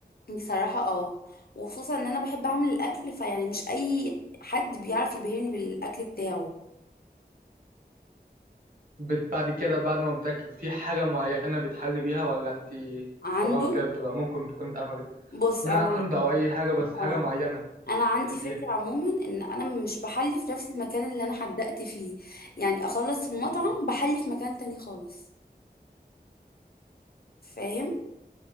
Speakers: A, on the left; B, on the right.
A: بصراحة اه وخصوصا ان انا بحب اعمل الاكل فيعني مش اي حد بيعرف يبهرني بالاكل بتاعه
B: بت- بعد كده بعد ما بتاكل في حاجه معينه بتحلي بيها ولا انت
A: عنده
B: خلاص كده بتبقى ممكن تكون اتقفلت
A: بص
B: من
A: انا
B: عند او اي حاجه بس حاجه
A: اه
B: معينه
A: انا عندي
B: بتحبيها
A: فكرة عموما ان انا مش بحلي في نفس المكان اللي انا حدقت فيه يعني اخلص المطعم
B: مم.
A: بحلي في مكان تاني خالص فاهم